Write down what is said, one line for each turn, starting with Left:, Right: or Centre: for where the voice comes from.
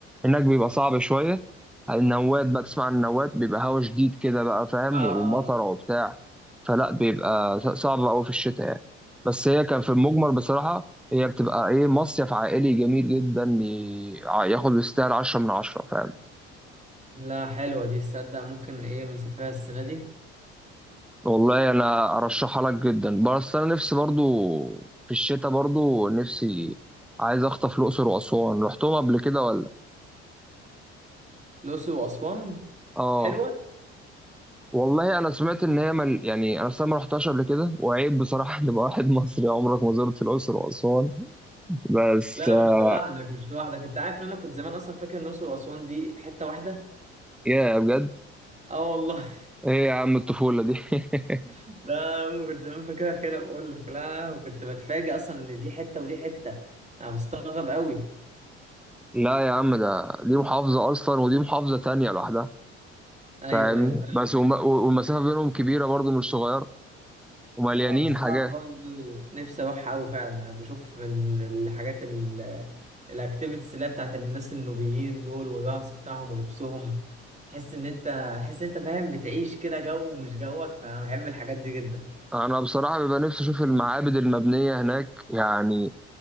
Centre: هناك بيبقى صعب شويه النوات بقى تسمع عن النوات بيبقى هوا شديد كده بقى فاهم
Right: اه اه
Centre: ومطر
Right: اه
Centre: وبتاع فلا بيبقى ص- صعب قوي في الشتاء يعني بس هي كان في المجمل بصراحه هي بتبقى ايه مصيف عائلي جميل جدا ي- ع- ياخد يستاهل 10 من 10 فاهم
Right: لا حلوة دي تصدق ممكن ايه بنسافرها السنة دي
Centre: والله انا ارشحها لك جدا بس انا نفسي برضو في الشتاء برضو نفسي عايز اخطف الاقصر واسوان رحتهم قبل كده ولا
Right: الأقصر وأسوان
Centre: اه
Right: حلوة
Centre: والله انا سمعت ان هي مل... يعني انا أصلاً ما رحتهاش قبل كده وعيب بصراحه <laughs> ان يبقى واحد <laughs> مصري عمرك ما زرت الاقصر واسوان بس
Right: لا
Centre: آه،
Right: مش لوحدك مش لوحدك انت عارف ان انا كنت زمان اصلا فاكر ان الأقصر وأسوان دي حتة واحدة
Centre: يا بجد
Right: اه والله
Centre: ايه يا عم الطفوله دي <laughs>
Right: <laughs> لا أنا كنت زمان فاكرها كده بقول لك لا وكنت بتفاجئ اصلا ان دي حتة ودي حتة انا بستغرب قوي
Centre: لا يا عم ده دي محافظه اصلا ودي محافظه تانية لوحدها
Right: ايوه
Centre: فاهمني
Right: ايوه
Centre: بس وم... و- والمسافه بينهم كبيره برضو مش صغيره ومليانين
Right: اه بس
Centre: حاجات
Right: انا برضو نفسي اروح قوي فعلا يعني انا بشوف من الحاجات الاكتيفيتيز اللي هي بتاعت الناس النوبيين دول والرقص بتاعهم ولبسهم تحس ان انت تحس ان انت فاهم بتعيش كده جو مش جوك فانا بحب الحاجات دي جدا
Centre: انا بصراحه بيبقى نفسي اشوف المعابد المبنيه هناك يعني